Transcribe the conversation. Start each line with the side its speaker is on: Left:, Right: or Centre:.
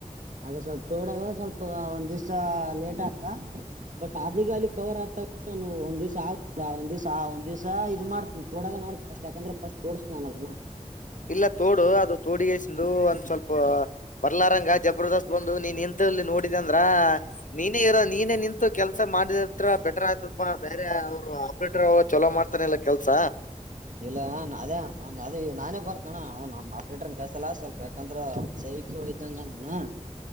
Right: ಅದು ಸ್ವಲ್ಪ ತೋಡದ ಸ್ವಲ್ಪ ಒಂದ್ ದಿವ್ಸ ಲೇಟ್ ಆತದ. ಬಟ್ <unintelligible> ಕವರ್ ಆಗ್ತ ನಾನು ಒಂದ ದಿವ್ಸ ಆಗಿಲ್ಲ ಒಂದ್ ದಿವ್ಸ ಆ ಒಂದ ದಿವ್ಸ ಇದು ಮಾಡ್ತನ ತೋಡದ ಮಾಡ್ತೇನ್ ಫಸ್ಟ್ ಯಾಕಂದ್ರ ಫರ್ಸ್ಟ್ ತೊಡಸ್ತನ್ ನಾನ ಅದ ಹ್ಮ
Left: ಇಲ್ಲ ತೋಡು ಅದು ತೋಡಿಗೆಸಿಂದು ಒಂದ್ ಸ್ವಲ್ಪ ಬರ್ಲ ರಂಗ ಜಬರ್ದಸ್ತ್ ಬಂದು ನೀನ್ ನಿಂತ ಲ್ಲಿ ನೋಡಿದೆ ಅಂದ್ರ ನೀನೇ ಇರೋ ನೀನೇ ನಿಂತು ಕೆಲ್ಸ ಮಾಡಿದತ್ರ ಬೆಟರ್ ಆಯ್ತಪಾ ಬೇರೆ ಅವರು ಆಪ್ರೇಟರ್ ಅವ ಚಲೋ ಮಾಡ್ತಾನಲ್ಲ ಕೆಲ್ಸ
Right: ಇಲ್ಲ ಅದೇ ನಾನ್ ಅದೇ ನಾನೇ ಬರ್ತಣ್ಣ ಅವ ನಮ್ಮ್ ಆಪ್ರೇಟರ್ ಕಸಲ್ಲ ಸ್ವಲ್ಪ ಯಾಕಂದ್ರೆ ಸೈ ಇೋ ವಿಧಂಗ ನನಾ